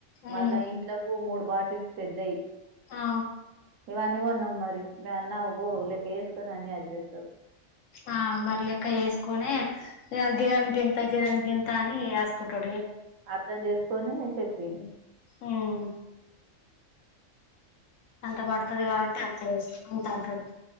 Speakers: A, on the left; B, on the right.
A: ఉమ్
B: మళ్ళా ఇంట్లకు మూడు బాటిల్స్ పెద్దాయి
A: ఆ
B: ఇవన్నీ కొన్నా న్నాం మరి మీ అన్న అబ్బో లేక్క వేసుకొని అన్ని అడ్ చేస్తాడు
A: ఆ మరి లెక్కచేసుకునే ఇగ గీదానికి ఇంత గిదానికి గింతాని రాసుకుంటూ
B: అర్ధం చేసుకొని చెప్పింది
A: హ్మ్మ్ అంత పడుతుది కాబట్టి అంత చే అంత అంటడు